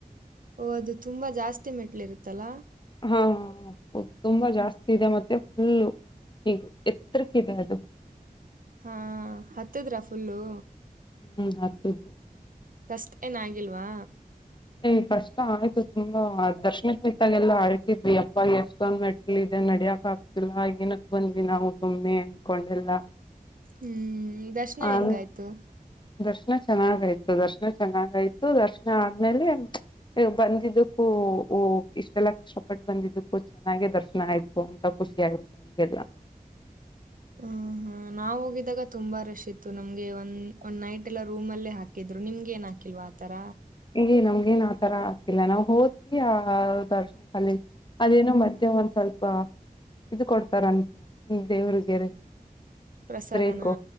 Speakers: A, on the right; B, on the left.
A: ಓಹ್ ಅದು ತುಂಬ ಜಾಸ್ತಿ ಮೆಟ್ಲಿರುತ್ತಲ್ಲ.
B: ಹಾ ಹ ಅ ತುಂಬಾ ಜಾಸ್ ತಿದೆ ಮತ್ತೆ ಫುಲ್ಲು ಈಗ್ ಎತ್ರುಕ್ಕಿದೆ ಅದು.
A: ಹಾ ಹತ್ತದ್ರ ಫುಲ್ಲು?
B: ಹ್ಮ್ ಹತ್ತುದ್ವು
A: ಕಸ್ಟ್ ಏನ್ ಆಗಿಲ್ವಾ
B: ಹ್ಮ್ ಕಷ್ಟ ಆಯ್ತು ತುಂಬಾ ದರ್ಶನಕ್ ನಿತ್ತಾಗೆಲ್ಲಾ ಅಳ್ತಿದ್ವಿ ಅಪ್ಪ ಎಷ್ಟೊಂದ್ ಮೆಟ್ಲಿದೆ ನಡಿಯಕ್ ಆಗ್ತಿಲ್ಲ ಏನಕ್ ಬಂದ್ವಿ ನಾವು ಸುಮ್ಮ್ನೆ ಅನ್ಕೊಂಡೆಲ್ಲ.
A: ಹ್ಮ್ ಇ ದರ್ಶನ
B: ಆಮೇಲ್
A: ಹೆಂಗಾಯ್ತು
B: ದರ್ಶನ ಚೆನ್ನಾಗಾಯ್ತು ದರ್ಶನ ಚೆನ್ನಾಗಾಯ್ತು ದರ್ಶನ ಆದ್ಮೇಲೆ ಬಂದಿದ್ದಕ್ಕೂ ಇಷ್ಟೆಲ್ಲಾ ಕಷ್ಟಪಟ್ಟು ಬಂದಿದ್ದಕ್ಕೂ ಚೆನ್ನಾಗೆ ದರ್ಶನ ಆಯ್ತು ಅಂತ ಖುಷಿ ಆಯ್ತು ನಮ್ಗೆಲ್ಲ.
A: ಹ ಹಾ ನಾವ್ ಹೋಗಿದಾಗ ತುಂಬಾ ರಶ್ ಇತ್ತು ನಮ್ಗೆ ಒಂದ್ ಒಂದ್ ನೈಟ್ ಎಲ್ಲ ರೂಮ್ ಅಲ್ಲೇ ಹಾಕಿದ್ರು ನಿಮ್ಗೆ ಏನ್ ಹಾಕಿಲ್ವಾ ಆತರ?
B: ಏಯ್ ನಮ್ಗೇನ್ ಆತರ ಹಾಕಿಲ್ಲ ನಾವ್ ಹೋದ್ವಿ ಆ ದರ್ಶನದಲಿ ಅದೇನೋ ಮಧ್ಯ ಒಂದ್ ಸ್ವಲ್ಪ ಇದ್ ಕೊಡ್ತಾರಂತೆ ಹ್ಮ್ ದೇವ್ರಿಗೆರಿ
A: ಪ್ರಸಾದನ
B: ಬ್ರೇಕು,